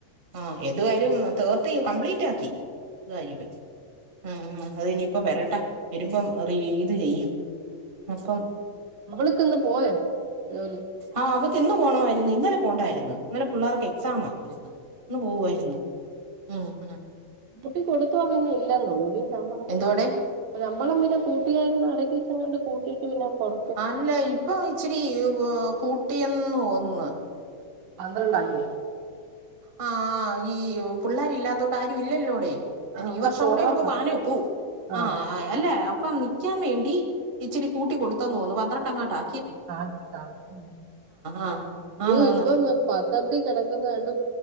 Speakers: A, on the right; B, on the right.
A: ആഹ് എതുവായാലും തേർട്ടി കംപ്ലീറ്റ് ആക്കി. അത് <unintelligible> അത് ഇനിയിപ്പം വരട്ടെ. വരുമ്പം റീ ഇത് ചെയ്യും. അപ്പം
B: അവൾക്കിന്ന് പോയ ജോലി?
A: ആഹ് അവക്ക് ഇന്ന് പോകണമായിരുന്നു. ഇന്നലെ പോകേണ്ടായിരുന്നു. ഇന്നലെ പിള്ളേർക്ക് എക്സാമായിരുന്നു. ഇന്ന് പോവായിരുന്നു ഉം ഉം.
B: കൂട്ടി കൊടുത്തോ പിന്നെ ഇല്ലന്നു തോന്നുന്ന് ഈ ശമ്പളം
A: എന്തുവാടെ
B: ശമ്പളം പിന്നെ കൂട്ടിയായിരുന്നു ഇടയ്ക്ക് വെച്ചങ്ങാണ്ട് കൂട്ടയിട്ട് ഇല്ലപിന്നെ കൊറ
A: അല്ല ഇപ്പൊ ഇച്ചിരി കൂട്ടിയന്ന് തോന്നുന്ന്.
B: പന്ത്രണ്ടാാക്കി
A: ആ.. ഈ.. പിള്ളേരില്ലാത്തണ്ട് ആരുും ഇല്ലല്ലോ ടി അയന്നെ
B: ആ അവിടെ
A: ഈ വർഷം
B: കുറവാ
A: കൂടെ മ്മക്ക് പാനക്കൂ
B: ആ
A: ആഹ് അല്ലെ അപ്പം നിയ്ക്കാൻ വേണ്ടി ഇച്ചിരി കൂട്ടി കൊടുത്തെന്ന് തോന്നു പന്ത്രണ്ടങ്ങാട്ടാ.
B: <unintelligible>
A: ആ ആന്ന്
B: ഇപ്പം
A: ആന്ന്
B: പത്രത്തി കെടക്കുന്ന കണ്ടു.